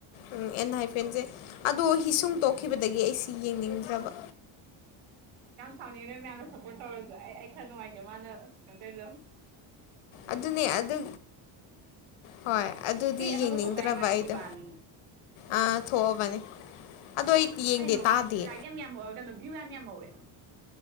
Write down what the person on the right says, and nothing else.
ꯁꯥꯎꯅꯤ ꯅꯣꯏ ꯃꯌꯥꯝꯅ ꯁꯞꯄꯣꯔꯠ ꯇꯧꯔꯁꯨ ꯑꯩ ꯑꯩ ꯈꯔ ꯅꯨꯡꯉꯥꯏꯇꯦ ꯃꯥꯅ ꯀꯩꯅꯗꯧꯗ
ꯏꯁꯩ ꯑꯅꯧꯕ
ꯊꯣꯛꯇꯥꯏꯅꯦ ꯃꯥꯒꯤ
ꯏꯕꯥꯟ
ꯀꯩꯅꯣ
ꯂꯥꯏꯔꯤꯛ ꯌꯥꯝꯃꯛꯑꯒ ꯀꯩꯅꯣ ꯚꯌꯨ ꯌꯥꯝ ꯍꯋꯦꯅ